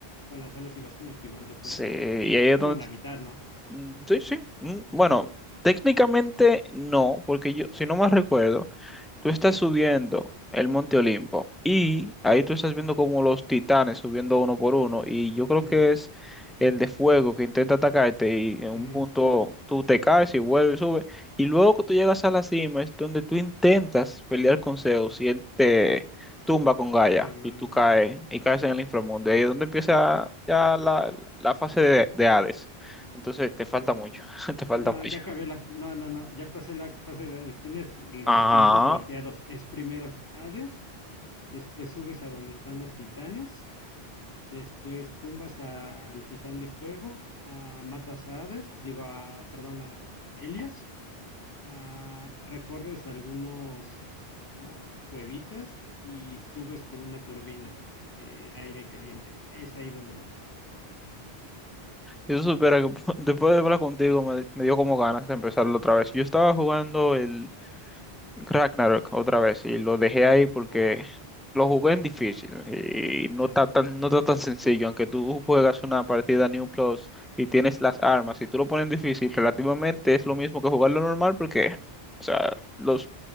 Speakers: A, on the left (about 20°); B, in the centre.
A: con las alas y vas como esquivando cosas.
B: Sí, y ahí
A: Es
B: es
A: como
B: donde
A: la mitad, ¿no?
B: Mm, Sí, sí. Mm, Bueno, técnicamente no, porque yo, si no más recuerdo, Tú estás subiendo el Monte Olimpo y ahí tú estás viendo como los titanes subiendo uno por uno y yo creo
A: Ujú,
B: que es el de fuego que intenta atacarte y en un
A: ujú,
B: punto tú te caes y vuelves y subes y luego que tú llegas a la cima es donde tú intentas pelear con Zeus y él te tumba con Gaia
A: te mandan.
B: y tú caes y caes en el inframundo
A: Ajá.
B: ahí es donde empieza ya la, la fase de, de Hades. Entonces te falta
A: Mm,
B: mucho, <laughs> te falta
A: No,
B: mucho.
A: ya acabé la, no, no, no, ya pasé la fase de Hades. Tienes los
B: Ajá.
A: tiempos volteados. Es primero Hades, después subes a donde están los titanes, después tumbas al titán de fuego, ah, matas a Hades, digo, a, perdón, a Helios. Ah, recorres algunos como cuevitas y subes por una turbina de aire caliente. Es ahí donde voy.
B: Y tú supieras que <laughs> después de hablar contigo me, me dio como ganas de empezarlo otra vez. Yo estaba jugando el Ragnarok otra vez y lo dejé ahí porque
A: Oh,
B: lo jugué en difícil y no
A: ajá,
B: está tan, no está tan sencillo. Aunque tú juegas una partida New Plus y tienes las armas y tú lo pones en difícil, relativamente es
A: ajá,
B: lo mismo que jugarlo normal porque, o sea, los